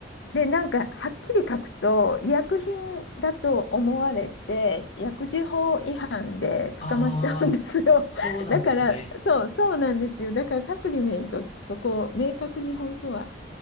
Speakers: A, on the left; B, on the left.
A: で、なんか、はっきり書くと、医薬品だと思われて、薬事法違反で捕まっちゃうんですよ。
B: ああ、そうなんですね。
A: <laughs> だから、そう、そうなんですよ。だから、サプリメントってそこを明確に本当は